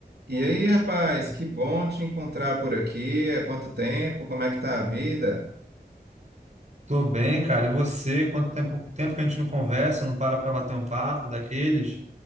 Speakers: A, on the right; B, on the right.
A: E aí, rapaz, que bom te encontrar por aqui. Há quanto tempo? Como é que tá a vida?
B: Tô bem, cara. E você? Quanto tempo, tempo que a gente não conversa, não para para bater um papo daqueles?